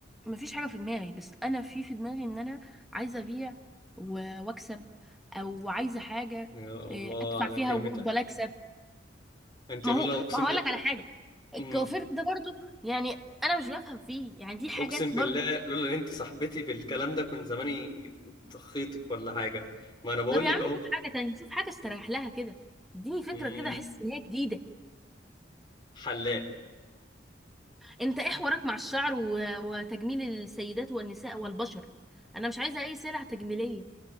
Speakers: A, in the centre; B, on the left (about 25°).
A: مفيش حاجه في دماغي بس انا في في دماغي ان انا عايزه ابيع و- واكسب او عايزه حاجه
B: يا الله
A: آه، ادفع
B: على
A: فيها
B: كلمتك
A: وافضل اكسب
B: انت
A: ما
B: لولا
A: هو
B: اقسم
A: ما هقول لك على حاجه الكوافير
B: ب...
A: ده برضو يعني انا مش بفهم فيه يعني دي حاجات
B: اقسم
A: برضو
B: بالله لولا ان انت صاحبتي بالكلام ده كنت زماني طخيتك ولا حاجه ما انا بقول
A: طب يا
B: لك
A: عم
B: اهو
A: شوف حاجه تانية شوف حاجه استريح لها كده اديني فكره
B: مم،
A: كده احس ان هي جديده
B: حلاق
A: انت ايه حوارك مع الشعر و- وتجميل السيدات والنساء والبشر انا مش عايزه اي سلع تجميليه